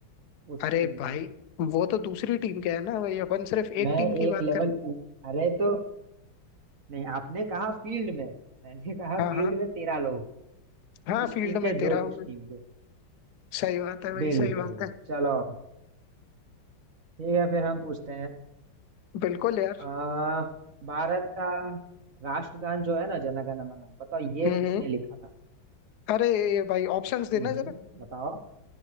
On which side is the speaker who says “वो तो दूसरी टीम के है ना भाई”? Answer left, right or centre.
Left